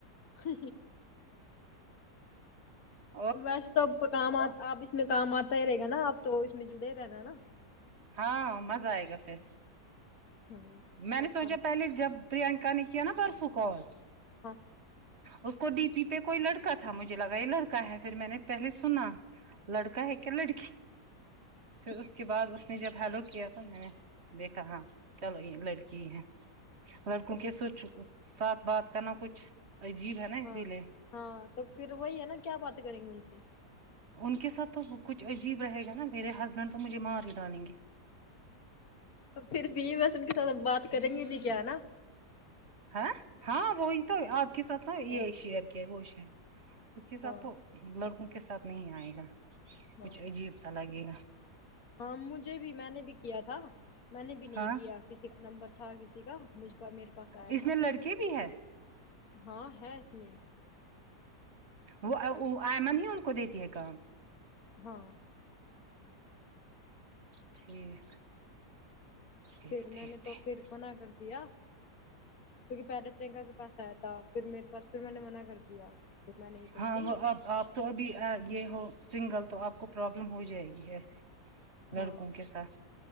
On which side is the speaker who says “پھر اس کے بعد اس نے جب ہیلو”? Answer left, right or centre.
Right